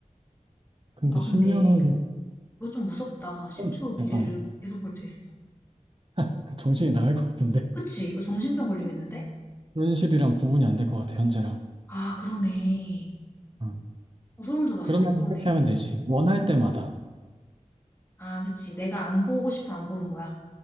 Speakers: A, on the right; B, on the left.
A: 근데
B: 아,
A: 10년
B: 근데
A: 후
B: 이거 좀 무섭다. 10초
A: 음,
B: 후 미래를
A: 약간
B: 계속 볼 수 있어.
A: <laughs> 그 정신이 나갈 것 같은데
B: 그치? 이거 정신병 걸리겠는데?
A: 현실이랑 구분이 안 될 것 같아 현재랑
B: 아, 그러네.
A: 음.
B: 어, 소름 돋았어.
A: 그러면
B: 그러네.
A: 이렇게 하면 되지 원할 때마다
B: 아, 그치. 내가 안 보고 싶으면 안 보는 거야.